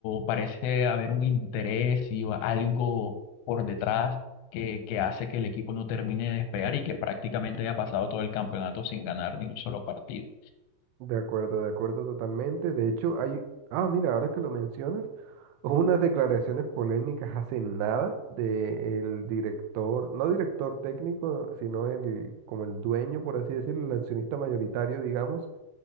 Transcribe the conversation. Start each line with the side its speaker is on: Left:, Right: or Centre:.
Left: parece haber un interés y algo por detrás que, que hace que el equipo no termine de despegar y que prácticamente haya pasado todo el campeonato sin ganar ni un solo partido.
Right: De acuerdo, de acuerdo totalmente. De hecho, hay, ah, mira, ahora que lo mencionas, <laughs> hubo unas declaraciones polémicas hace nada del director, no director técnico, sino el, como el dueño, por así decirlo, el accionista mayoritario, digamos,